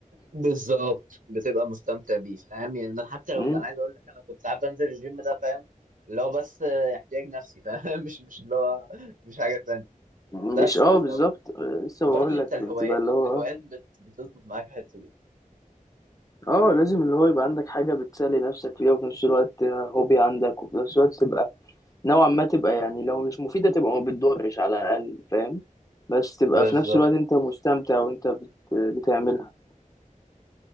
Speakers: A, on the right; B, on the left.
A: بالظبط بتبقى مستمتع بيه فاهم يعني من حتى لو
B: مم.
A: انا عايز اقول لك انا كنت ساعات بنزل الجيم ده فاهم اللي هو بس آه، احتياج نفسي فاهم <laughs> مش مش اللي هو مش حاجه تانية
B: مش
A: بس
B: اه
A: فبرضه
B: بالظبط آه، لسه بقول
A: انت
B: لك
A: الهوايات
B: بتبقى اللي هو
A: الهوايات
B: آه،
A: بت- بتظبط معاك الحته دي
B: اه لازم اللي هو يبقى عندك حاجة بتسلي نفسك فيها وفي نفس الوقت هوبي عندك وفي نفس الوقت تبقى نوعا ما تبقى يعني لو مش مفيدة تبقى ما بتضرش على الأقل فاهم بس تبقى
A: بالظبط
B: في نفس الوقت انت مستمتع وانت بت... بتعملها